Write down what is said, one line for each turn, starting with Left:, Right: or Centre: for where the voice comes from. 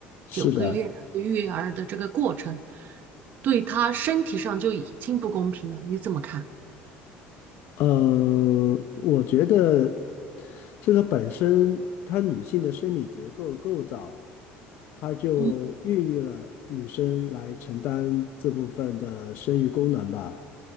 Left: 是的，
Right: 九个月然后育儿的这个过程，对她身体上就已经不公平了。你怎么看？
Left: 呃，我觉得这个本身它女性的生理结构构造，它就孕育了女生来承担这部分的生育功能吧。
Right: 嗯